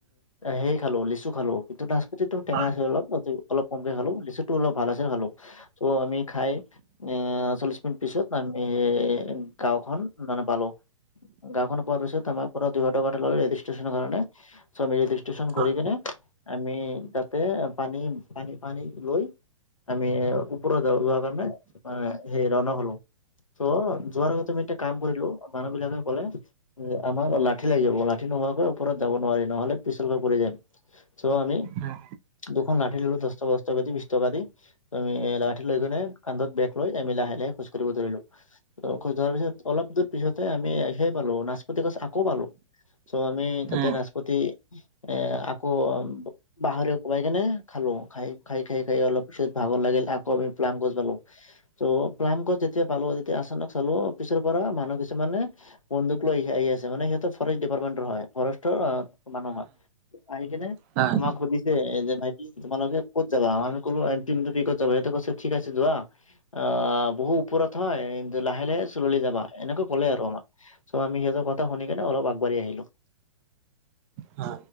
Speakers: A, on the left; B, on the right.
A: সেই খালো লিচু খালো কিন্তু নাচ য তম টেঙা
B: হয়,
A: চ অলপ পা <unintelligible> অলপ কমকে খালো লিচু টো অলপ ভাল আছিল খালো ত' আমি খাই চল্লিশ মিনিট পিছত আ এ গাওখনন মানে পালো গাওখন পোৱাৰ পিছত আমাৰ পৰা দূৰত ষ্ট্ৰণি ৰেজিষ্ট্ৰন
B: হয়,
A: কৰি কেনে আমি তাতে প <unintelligible> পানী পানী পানী লৈ আমি ওপৰত যোৱাৰ কাৰণে মানে সেই ৰওনা হলো ত' যোৱাৰ আগতে আমি এটা কাম কৰিলো মানুহ বিলাকে কলে যে আমাৰ ল লাঠি লাগিব লাঠি নোহোৱাকৈ ওপৰত যাব নোৱাৰি নহ'লে পিছলৈ পৰি যাম। চ আমি
B: উম,
A: দুখন লাঠ দশ টকা দশ টকা দি বিশ টকা দি তুমি লাঠি লৈ কিনে কান্ধত বেগ‌ লৈ আমি লাহে লাহে খোজকাঢ়ি ধৰিলো ধাৰ পিছত অলপ দূৰ পিছতে আমি সেই পালো নাচপতি গছ আকৌ পালো চ' আমি তাতে
B: উম,
A: নাচপতি এ আকৌ অ বাহৰে কোবাই কেনে খালো খাই খাই খাই খাই অলপ পিছত ভাগৰ লাগে গিল আকৌ আমি প্লাম গছ পালো চৌ প্লাম গছ যেতিয়া পালো তেতিয়া আচানক চালো পিছৰ পৰা মানহ কিছুমানে বন্দুক লৈ আই আহি আছে মানে সিহঁতক ফৰেষ্ট ডিপাৰ্টমেন্টৰ হয় ফৰেষ্টৰ মানুহ হয় আহি কিনে
B: হয়,
A: আমাক সুধিছে এ যে ভাইটি তোমালোকে ক'ত যাবা আমি কলো এম টিম টো উইকত যাব সিহঁতে কৈছে ঠিক‌ আছে যোৱা আহ, বহু ওপৰত হয় লাহে লাহে চুললি যাব এনেকুৱা ক'লে আৰু আমাক চ' আমি সিহতৰ কথা শুনি কেনে অলপ কৰি আহিলো
B: হয়।